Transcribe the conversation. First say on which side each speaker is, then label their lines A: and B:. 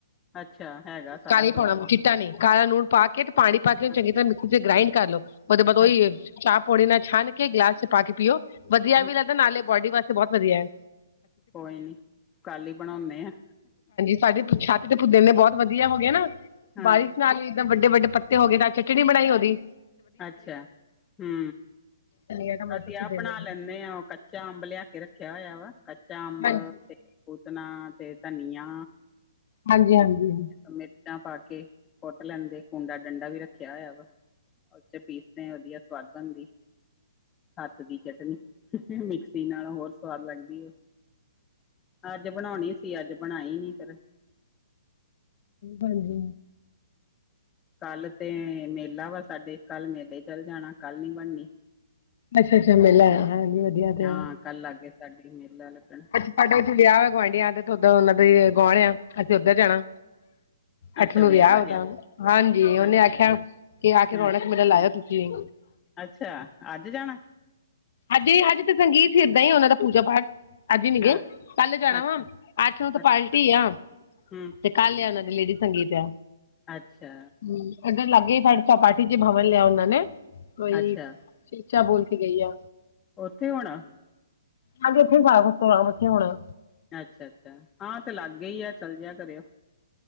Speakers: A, on the left (about 20°); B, on the left (about 55°).
A: ਅੱਛਾ ਹੈਗਾ ਸਾਰਾ
B: ਕਾਲ
A: ਕੁਛ
B: ਪਾਉਣਾ <unintelligible> ਕਾਲਾ ਲੂਣ ਪਾ ਕੇ ਤੇ ਪਾਣੀ
A: ਹਾਂ
B: ਪਾ ਕੇ ਚੰਗੀ ਤਰ੍ਹਾਂ ਮਿਕਸੀ ਚ ਗ੍ਰਾਇੰਡ ਕਰ ਲੋ ਓਦੇ ਬਾਦ ਓਈ
A: ਅੱਛਾ
B: ਚ ਪੌਣੀ ਨਾਲ ਛਣ ਕੇ ਗਲਾਸ ਚ ਪਾ ਕੇ ਪੀਓ, ਵਧੀਆ
A: ਹੂੰ,
B: ਵੀ ਲੱਗਦਾ ਨਾਲੇ ਬੋਡੀ ਵਾਸਤੇ ਬੋਤ ਵਧੀਆ ਐ
A: ਕੋਈ ਨੀ, ਕੱਲ ਈ ਬਣਾਉਨੇ ਆ
B: ਤੁਹਾਡੀ ਛੱਤ ਤੇ ਪੁਦੀਨੇ ਬੋਤ ਵਧੀਆ ਹੋ ਗਏ ਨਾ,
A: ਹਾਂ
B: ਬਾਰਿਸ਼ ਨਾਲ ਈ ਇਦੇ ਵੱਡੇ-ਵੱਡੇ ਪੱਤੇ ਹੋ ਗਏ ਨਾਲ ਚਟਨੀ ਬਣਾਈ ਓਦੀ
A: ਅੱਛਾ ਹੂੰ,
B: ਧਨੀਆ ਟਮਾਟਰ
A: ਅਸੀਂ
B: ਪੁਦੀਨੇ
A: ਆਹ ਬਣਾ
B: ਦੀ
A: ਲੈਂਨੇ ਆ, ਉਹ ਕੱਚਾ ਅੰਬ ਲਿਆ ਕੇ ਰੱਖਿਆ ਹੋਇਆ ਵਾ ਕੱਚਾ ਅੰਬ।
B: ਹਾਂਜੀ
A: ਤੇ ਪੁੂਤਣਾ ਤੇ ਧਨੀਆ।
B: ਹਾਂਜੀ, ਹਾਂਜੀ।
A: ਮਿਰਚਾਂ ਪਾ ਕੇ ਕੁੱਟ ਲੈਂਦੇ, ਕੁੰਡਾ ਡੰਡਾ ਵੀ ਰੱਖਿਆ ਹੋਇਆ ਵਾ। ਉਹ ਚੇ ਪੀਸਦੇ ਵਧੀਆ ਸਵਾਦ ਬਣਦੀ। ਹੱਥ ਦੀ ਚਟਨੀ, ਮਿਕਸੀ ਨਾਲ ਹੋਰ ਸਵਾਦ ਲੱਗਦੀ ਐ। ਅੱਜ ਬਣਾਉਣੀ ਸੀ, ਅੱਜ ਬਣਾਈ ਨੀ ਫੇਰ
B: ਹਾਂਜੀ।
A: ਕੱਲ ਤੇ ਮੇਲਾ ਵਾ ਸਾਡੇ, ਕੱਲ ਮੇਲੇ ਚੱਲ ਜਾਣਾ ਕੱਲ ਨੀ ਬਣਨੀ।
B: ਅੱਛਾ-ਅੱਛਾ ਮੇਲਾ ਹਾਂਜੀ। ਵਧੀਆ ਤੇ
A: ਹਾਂ ਕੱਲ ਲੱਗ ਗਿਆ ਸਾਡੇ ਮੇਲਾ ਲੱਗਣ।
B: ਸਾਡੇ ਉੱਥੇ ਵਿਆਹ ਵਾ ਗੁਆਂਢੀਆਂ ਤੇ ਥਦ ਉਹਨਾਂ ਦੇ ਗਾਣ ਆ ਅਸੀਂ ਉੱਧਰ ਜਾਣਾ। ਅੱਠ
A: ਅੱਛਾ
B: ਨੂੰ ਵਿਆਹ ਐ
A: ਆ
B: ਔਦਾ
A: ਗਿਆ
B: ਹਾਂਜੀ ਉਹਨੇ
A: ਅੱਛਾ
B: ਆਖਿਆ, ਕਿ ਆ ਕੇ
A: ਹਾਂ
B: ਰੋਣਾ ਮੇਰਾ ਲਾਇਆ ਤੁਸੀਂ
A: ਅੱਛਾ ਅੱਜ ਜਾਣਾ?
B: ਅੱਜ-ਅੱਜ, ਤੇ ਸੰਗੀਤ ਸਿਰ ਦਾ ਉਹਨਾਂ ਦਾ ਪੂਜਾ ਪਾਠ। ਅੱਜ ਨੀ
A: ਹਾਂ
B: ਗੇ ਕੱਲ ਜਾਣਾ
A: ਅੱਛਾ
B: ਵਾ ਅੱਠ ਨੂੰ ਤੇ
A: ਅੱਛਾ
B: ਪਾਰਟੀ ਐ।
A: ਹਮ
B: ਕੱਲ ਲਿਆ ਉਹਨਾਂ ਦੇ ਲੇਡੀਜ਼ ਸੰਗੀਤ ਐ।
A: ਅੱਛਾ।
B: ਹੂੰ ਇਧਰ ਲਾਗੇ ਤੁੇ ਸਪਾਠੀ ਚ ਭਵਨ ਲਿਆ ਉਹਨਾਂ ਨੇ ਕੋਈ।
A: ਅੱਛਾ
B: ਉੱਚਾ ਬੋਲ ਕੇ ਗਈ ਐ।
A: ਉੱਥੇ ਹੋਣਾ।
B: ਹਾਂਜੀ ਉੱਥੇ ਹੀ <unintelligible> ਉੱਥੇ ਹੋਣਾ।
A: ਅੱਛਾ-ਅੱਛਾ, ਹਾਂ ਤੇ ਲਾਗੇ ਹੀ ਆ ਚੱਲ ਜੇ ਆ ਕਰਿਓ।